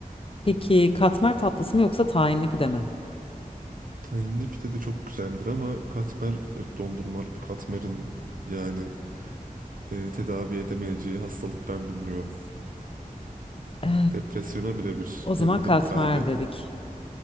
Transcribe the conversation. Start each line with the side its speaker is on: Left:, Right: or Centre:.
Left: Peki katmer tatlısı mı yoksa tahinli pide mi?
Right: Tahinli pide de çok güzeldir ama katmer dondurmalı bir katmerin yani e, tedavi edemeyeceği hastalık ben bilmiyorum.
Left: Eh,
Right: Depresyona birebir
Left: o zaman
Right: yanında
Left: katmer
Right: bir kahve.
Left: dedik.